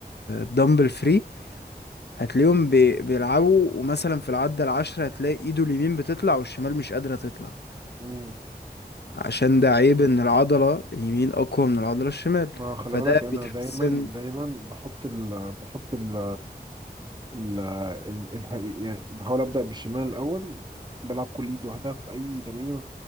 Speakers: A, on the left (about 90°); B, on the right (about 25°).
A: دمبل فري هتلاقيهم بي... بيلعبوا ومثلا في العدة العشرة هتلاقي ايده اليمين بتطلع والشمال مش قادرة تطلع
B: مم.
A: عشان ده عيب ان العضلة اليمين اقوى من العضلة الشمال
B: ما خلي
A: فده
B: بالك انا
A: بيتحسن
B: دايما دايما بحط ال بحط ال ال ال ال يعني بحاول ابدا بالشمال الاول بلعب كل ايد لوحدها في اي تمرين